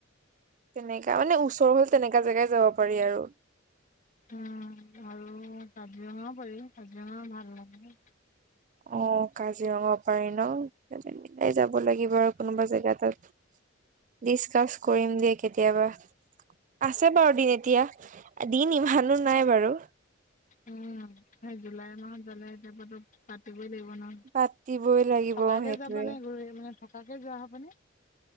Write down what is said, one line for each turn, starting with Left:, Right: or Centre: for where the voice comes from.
Right: তেনেকা মানে ওচৰ হ'ল তেনেকা জেগাই যাব পাৰি আৰু
Left: উম আৰু কাজিৰঙাও পৰিল কাজিৰঙা ভাল লাগে
Right: অ কাজিৰঙা পাৰি ন মিলাই যাব লাগিব আৰু কোনোবা জেগা তাত ডিচকাচ কৰিম দে কেতিয়াবা আছে বাৰু দিন এতিয়া দিন ইমানো নাই বাৰু
Left: উম সেই জুলাই মাহত গলে <unintelligible> পাতি <unintelligible> ন
Right: পাতিবই লাগিব
Left: থকাকে
Right: সেইটোৱে
Left: যাব নে গুৰি আহিবা থকাকে যোৱা হ'বনি